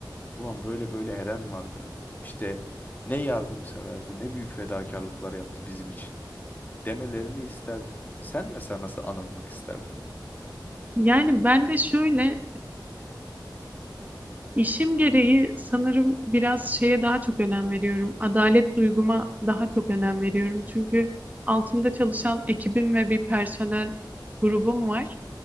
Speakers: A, on the left; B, on the right.
A: ulan böyle böyle Eren vardı. İşte ne yardımseverdi, ne büyük fedakarlıklar yaptı bizim için demelerini isterdim. Sen mesela nasıl anılmak isterdin?
B: Yani ben de şöyle İşim gereği sanırım biraz şeye daha çok önem veriyorum. Adalet duyguma daha çok önem veriyorum. Çünkü altımda çalışan ekibim ve bir personel grubum var.